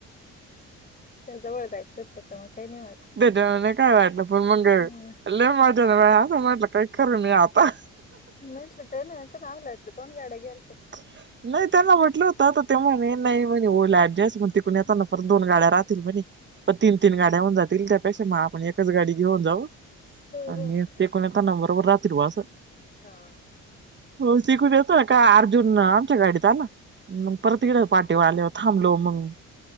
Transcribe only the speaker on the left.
कायं जवळं जायचं त्यांच्यामुळे कांहीं नाहीं होतं
हम्म
म्हंटले ते नाहीं तरं नांव लटलं दोन गाड्यां घ्यालं कां?
हा
हां